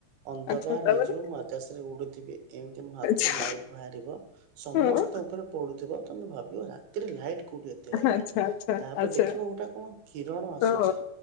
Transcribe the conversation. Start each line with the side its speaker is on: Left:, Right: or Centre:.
Right: ଅନ୍ଧକାର୍
Left: ଆଚ୍ଛା ତାପରେ
Right: ହେଇଯିବ ମୋ ଆକାଶରେ ଉଡ଼ୁ ଥିବେ ଏମ୍ତି ମୋ ହାତରୁ
Left: ଆଚ୍ଛା
Right: ଲାଇଟ୍ ବାହାରିବ ସମସ୍ତ
Left: ହଁ
Right: ଉପରେ ପଡୁଥିବା ତମେ ଭାବିଅ ରାତିରେ ଲାଇଟ୍ କୋଡ଼ି ତେ ଆଇଲା
Left: ଆଚ୍ଛା ଆଚ୍ଛା
Right: ତାପଏ
Left: ଆଚ୍ଛା
Right: ଦେଖିବ ଗୋଟା କଣ କିରଣ ଆସୁଚି।
Left: ଓହୋ